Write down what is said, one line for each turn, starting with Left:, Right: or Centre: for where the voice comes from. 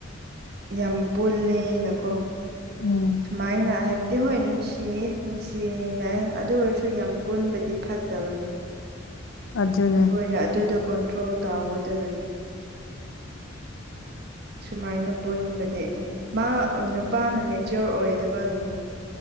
Right: ꯌꯥꯝ ꯄꯨꯜꯂꯦꯅꯀꯣ
Left: ꯎꯝ
Right: ꯁꯨꯃꯥꯏꯅ ꯍꯥꯏꯕ ꯗꯤ ꯍꯣꯏ ꯅꯨꯡꯁꯤꯌꯦ ꯅꯨꯡꯁꯤꯅꯩ ꯑꯗꯨ ꯑꯣꯏꯔꯁꯨ ꯌꯥꯝ ꯄꯨꯟꯕꯗꯤ ꯐꯠꯇꯕꯅꯤ
Left: ꯑꯗꯨꯅꯦ
Right: ꯑꯩꯈꯣꯏꯅ ꯑꯗꯨꯗꯣ ꯀꯟꯇ꯭ꯔꯣꯜ ꯇꯥꯎꯒꯗꯕꯅꯤ
Left: <unintelligible>
Right: ꯁꯨꯃꯥꯏꯅ ꯄꯨꯟꯕꯗꯤ ꯃꯥ ꯅꯨꯄꯥꯅ ꯃꯦꯆꯤꯌꯣꯔ ꯑꯣꯏꯗꯕꯒꯤꯅꯦ